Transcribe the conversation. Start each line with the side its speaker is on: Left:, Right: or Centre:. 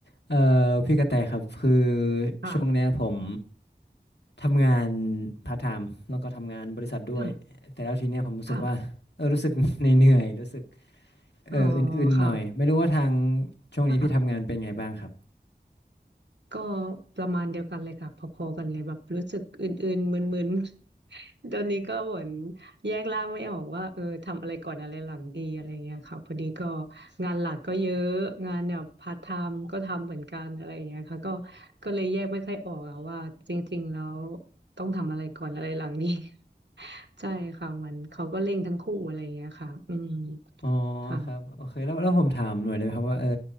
Left: เอ่อพี่กระแตครับคือ
Right: ค่ะ
Left: ช่วงเนี้ยผมทำงานพาร์ทไทม์แล้วก็ทำงานบริษัทด้วยแต่แล้วทีเนี้ยผมรู้สึกว่าเออรู้สึกเหนื่อย
Right: ค่ะค่ะ
Left: <laughs> ๆรู้สึก
Right: อ๋อ
Left: เอออื่นๆหน่อยไม่รู้ว่าทาง
Right: ค่ะ
Left: ช่วงนี้พี่ทำงานเป็นไงบ้างครับ
Right: ค่ะก็ประมาณเดียวกันเลยค่ะพอๆกันเลยแบบรู้สึกอื่นๆมึนๆ <laughs> ตอนนี้ก็เหมือนแยกร่างไม่ออกว่าเออทำอะไรก่อนอะไรหลังดีอะไรเงี้ยค่ะพอดีก็งานหลักก็เยอะงานแบบพาร์ทไทม์ก็ทำเหมือนกันอะไรเงี้ยค่ะก็ก็เลยแยกไม่ค่อยออกอะว่าจริงๆแล้วต้องทำอะไรก่อนอะไรหลังดี <laughs> ใช่ค่ะมันเขาก็เร่งทั้งคู่อะไรเงี้ยค่ะอืม
Left: อ๋อ
Right: ค่ะ
Left: ครับโอเคแล้วแล้วผมถามหน่อยได้ไหมครับว่าเออ